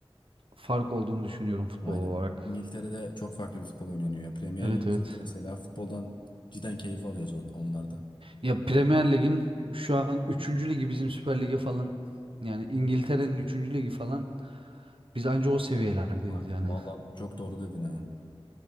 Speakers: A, on the right; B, on the left.
A: fark olduğunu düşünüyorum futbol
B: Aynen.
A: olarak.
B: İngiltere'de çok farklı bir futbol oynanıyor. ya. Premier
A: Evet
B: Lig izliyoruz
A: evet.
B: mesela. Futboldan cidden keyif alıyoruz o- onlarda.
A: Ya Premier Lig'in şu an üçüncü ligi bizim Süper Lig'e falan yani İngiltere'nin üçüncü ligi falan biz anca o seviyelerdeyiz
B: Va-
A: yani.
B: Vallahi çok doğru dedin ha.